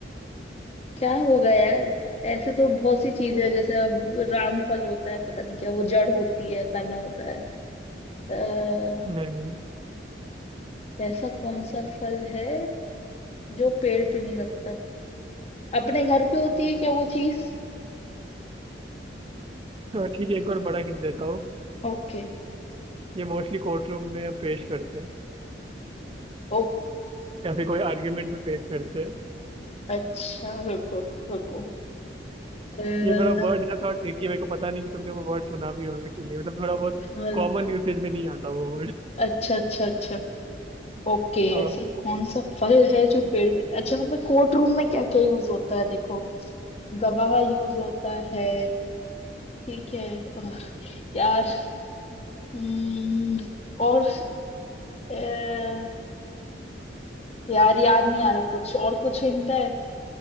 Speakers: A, on the left; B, on the right.
A: क्या होगा यार ऐसे तो बहुत सी चीजें हैं, जैसे अब रामफल होता है पता नहीं क्या वो जड़ होती है तना होता है अः
B: नहीं
A: ऐसा कौन सा फल है जो पेड़ पे नहीं लगता अपने घर पे होती है क्या वो चीज
B: हाँ, ठीक है एक और बड़ा हिंट देता हूँ
A: ओके
B: ये मोस्टली कोर्ट रूम में पेश करते हैं
A: ओके
B: या फिर कोई आर्ग्यूमेंट में पेश करते हैं
A: अच्छा रुको रुको अ,
B: ये थोड़ा वर्ड है ना थोड़ा ट्रिकी है मेरे को पता नहीं कि तुमने वो वर्ड सुना भी होगा कि नहीं मतलब थोड़ा बहुत
A: फल
B: कॉमन यूसेज में नहीं आता वो वर्ड
A: अच्छा अच्छा अच्छा ओके
B: हाँ
A: ऐसा कौन सा फल है जो पेड़ पे अच्छा हमें कोर्ट रूम में क्या क्या यूज होता है देखो गवाह यूज होता है ठीक है और यार हम्म, और अ, यार याद नहीं आ रहा कुछ और कुछ हिंट है